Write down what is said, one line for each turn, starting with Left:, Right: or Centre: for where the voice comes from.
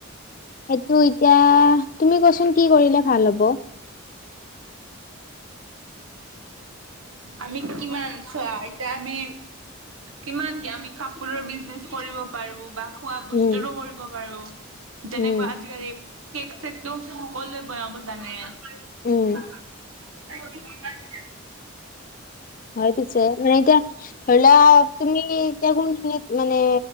Left: সেইটো এতিয়া, তুমি কোৱাচোন কি কৰিলে ভাল হ'ব?
Right: আমি কিমান চোৱা এতিয়া আমি কিমান কি আমি কাপোৰৰ বিজনেচ কৰিব পাৰোঁ বা খোৱা বস্তুো
Left: উম
Right: কৰিব পাৰোঁ যেনেকুৱা
Left: উম
Right: আজিকালি কেক চেকটো সকলোৱে বনাব জানে। <unintelligible>
Left: উম হয় পিছে মানে এতিয়া ধৰি লোৱা তুমি এতিয়া কোনখিনিত মানে